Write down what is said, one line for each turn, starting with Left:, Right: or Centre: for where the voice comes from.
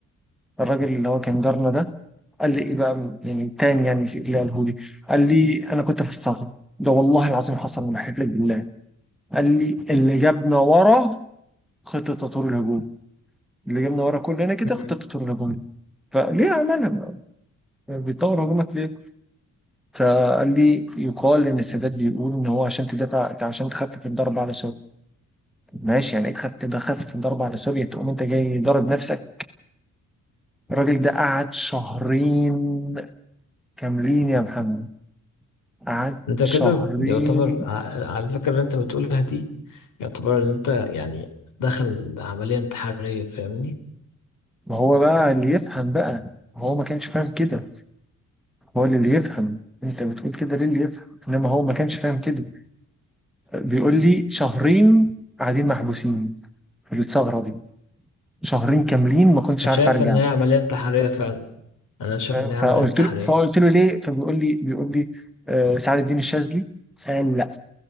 Centre: الراجل اللي هو كان جارنا ده قال لي ايه بقى يعني تاني يعني اللي قاله لي قال لي انا كنت في الصف ده والله العظيم حصل ما بحلف لك بالله قال لي اللي جابنا ورا خطه تطور الهجوم اللي جابنا ورا كلنا كده
Left: مم.
Centre: خطه تطور الهجوم دي فليه عملها بيطور هجومك ليه؟ فقال لي يقال ان السادات بيقول ان هو عشان تدافع عشان تخفف الضرب على ماشي يعني اكسب تبقى خفف الضرب على سوريا تقوم انت جاي ضارب نفسك الراجل ده قعد شهرين كاملين يا محمد قعد
Left: أنت
Centre: شهرين
Left: كده يعتبر ع- على الفكرة اللي أنت بتقولها دي يعتبر إن أنت يعني داخل عملية انتحارية فاهمني؟
Centre: ما هو بقى اللي يفهم بقى هو ما كانش فاهم كده هو اللي يفهم انت بتقول كده ليه اللي يفهم انما هو ما كانش فاهم كده بيقول لي شهرين قاعدين محبوسين في الثغره دي شهرين كاملين ما كنتش
Left: شايف
Centre: عارف ارجع
Left: إن هي عملية انتحارية فعلا أنا شايف
Centre: فاهم؟
Left: إن هي
Centre: فقلت
Left: عملية انتحارية
Centre: له فقلت له ليه فبيقول لي بيقول لي آه، سعد الدين الشاذلي قال لا